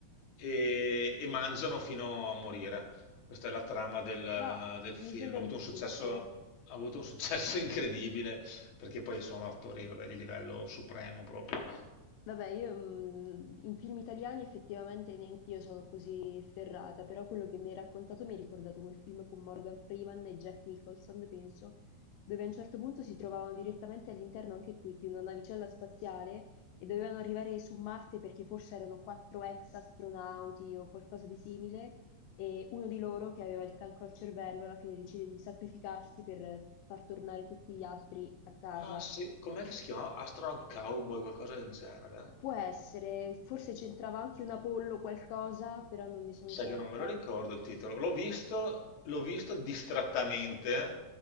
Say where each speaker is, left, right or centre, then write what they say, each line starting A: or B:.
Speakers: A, on the left; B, on the left.
A: e, e mangiano fino a morire. Questa è la trama del,
B: Bah,
A: del film.
B: mi sembra
A: Ha avuto
B: giustissimo.
A: un successo, ha avuto un successo <laughs> incredibile perché poi sono attori, vabbè, di livello supremo proprio.
B: Vabbè, io mm, in film italiani effettivamente neanch'io sono così ferrata, però quello che mi hai raccontato mi ha ricordato quel film con Morgan Freeman e Jack Nicholson, penso, dove a un certo punto si trovavano direttamente all'interno anche qui di una navicella spaziale e dovevano arrivare su Marte perché forse erano quattro ex astronauti o qualcosa di simile e uno di loro che aveva il cancro al cervello alla fine decide di sacrificarsi per far tornare tutti gli altri a casa.
A: Ah sì, com'è che si chiama? Astronaut Cowboy, qualcosa del genere?
B: Può essere, forse c'entrava anche un Apollo qualcosa, però non ne sono
A: Sai
B: certa.
A: che non me lo ricordo il titolo. L'ho visto, l'ho visto distrattamente,